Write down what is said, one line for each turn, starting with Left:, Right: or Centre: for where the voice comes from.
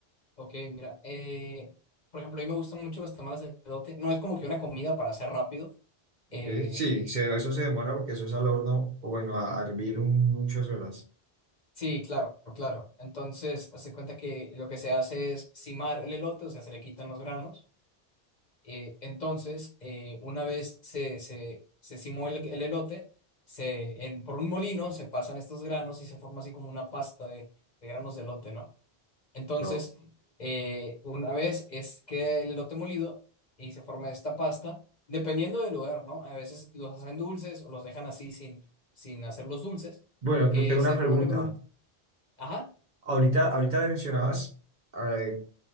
Left: Ok, mira, eh, por ejemplo, a mí me gustan mucho los tamales de elote. No es como que una comida para hacer rápido.
Right: Ok,
Left: Eh,
Right: Sí, se- eso se demora porque eso es al horno o bueno, a, a hervir un- muchas horas.
Left: sí, claro, claro. Entonces, hace cuenta que lo que se hace es cimar el elote, o sea, se le quitan los granos Eh, entonces, eh, una vez se, se, se cimó el, el elote, se, en- por un molino se pasan estos granos y se forma así como una pasta de, de granos de elote, ¿no? Entonces,
Right: Ok.
Left: eh, una vez es, queda el elote molido y se forma esta pasta, dependiendo del lugar, ¿no? A veces los hacen dulces o los dejan así sin, sin hacerlos dulces.
Right: Bueno, te-
Left: Eh,
Right: tengo
Left: se
Right: una pregunta.
Left: revuelve con un... Ajá.
Right: Ahorita, ahorita mencionabas. eh,